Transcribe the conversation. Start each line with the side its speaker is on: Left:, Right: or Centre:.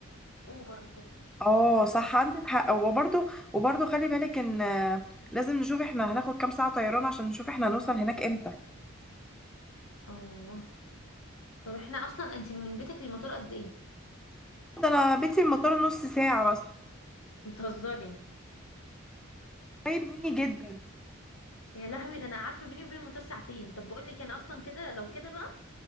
Left: اوبر وكده
Centre: اه صح عندك حق وبرضه وبرضه خلي بالك ان آه، لازم نشوف احنا هناخد كام ساعة طيران عشان نشوف احنا هنوصل هناك امتى
Left: اه طب احنا اصلا انت من بيتك للمطار قد ايه
Centre: ده انا بيتي من المطار نص ساعة مثلا
Left: بتهزري
Centre: قريب مني جدا
Left: يا لهوي ده انا عارفه بيني وبين المطار ساعتين طب بقول لك انا اصلا كده لو كده بقى